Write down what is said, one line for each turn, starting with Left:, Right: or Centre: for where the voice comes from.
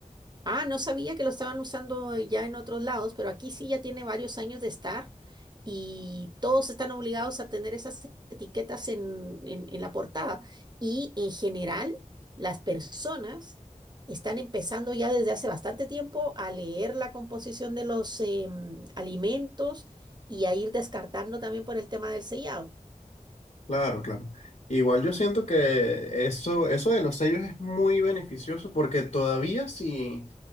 Right: Ah, no sabía que lo estaban usando ya en otros lados, pero aquí sí ya tiene varios años de estar y todos están obligados a tener esas etiquetas en, en- en la portada. Y en general, las personas están empezando ya desde hace bastante tiempo a leer la composición de los em, alimentos y a ir descartando también por el tema del sellado.
Left: Claro, claro. Igual yo siento que eso, eso de los sellos es muy beneficioso porque todavía si,